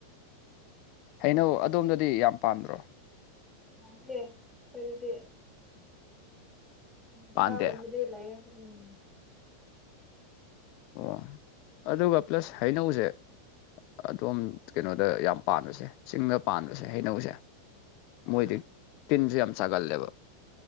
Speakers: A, on the left (about 50°); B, on the left (about 15°).
A: ꯍꯩꯅꯧ ꯑꯗꯣꯝꯗꯗꯤ ꯌꯥꯝ ꯄꯥꯟꯗ꯭ꯔꯣ
B: ꯃꯜꯂꯦ ꯈꫭꯏꯗꯗꯤ ꯎꯗ꯭ꯔ
A: ꯄꯥꯟꯗꯦ
B: ꯎꯃꯗꯤ ꯂꯩꯌꯦ ꯎꯝ
A: ꯑꯣ ꯑꯗꯨꯒ ꯄ꯭ꯂꯁ ꯍꯩꯅꯧꯖꯦ ꯑꯗꯣꯝ ꯀꯩꯅꯣꯗ ꯌꯥꯝ ꯄꯥꯟꯕꯁꯦ ꯆꯤꯡꯗ ꯄꯥꯟꯕꯁꯦ ꯍꯩꯅꯧꯖꯦ ꯃꯣꯏꯗꯤ ꯇꯤꯟꯖꯦ ꯌꯥꯝ ꯆꯒꯜꯂꯦꯕ